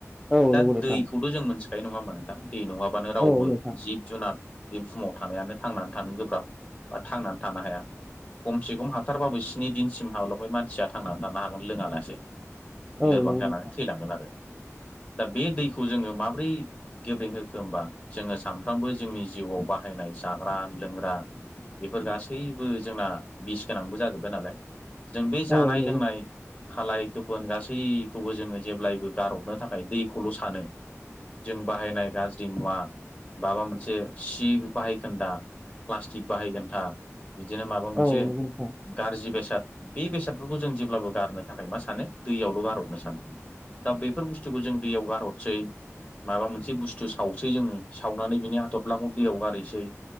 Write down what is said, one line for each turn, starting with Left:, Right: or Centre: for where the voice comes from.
Centre: औ
Left: दा
Centre: नंगौ नोंथां
Left: दैखौथ' जों मोनथिखायो। नङा होमबा नोंथां? दै नङाबानो रावबो
Centre: औ नोंथां
Left: जिब जुनाद बे बुहुमाव थानायानो थांनानै थानो गोब्राब बा थांनानै थानो हाया। खमसे खम हाथारबाबो स्नि दिनसिम हाल'गै मानसिया थांनानै थानो हागोन लोङालासे।
Centre: औ
Left: लोरबां
Centre: नंगौ
Left: जानानै
Centre: नोंथां
Left: थैलांगोन आरो। दा बे दैखौ जोङो माब्रै गेब्रेेंहोखो होमबा जोङो सानफ्रामबो जोंनि जिउआव बाहायनाय जाग्रा लोंग्रा बेफोर गासैबो जोंना बिस गोनांबो जाजोबबाय नालाय। जों बे जानाय
Centre: औ नंगौ
Left: लोंनाय खालाय गोफोन गासैखौबो जोङो जेब्लायबो गारहरनो थाखाय दैखौल' सानो। जों बाहायनाय गाज्रि मुवा माबा मोनसे सि बाहायखोन्दा प्लास्टिक बाहायखोनथा बिदिनो माबा
Centre: नोंथां
Left: मोनसे गाज्रि बेसाद बे बेसादफोरखौ जों जेब्लाबो गारनो थाखाय मा सानो दैयावल' गारहरनो सानो दा बेफोर बुस्थुखौ जों दैयाव गारहरसै माबा मोनसे बुस्थु सावसै जोङो सावनानै बिनि हाथर्लाङाव दैयाव गारैसै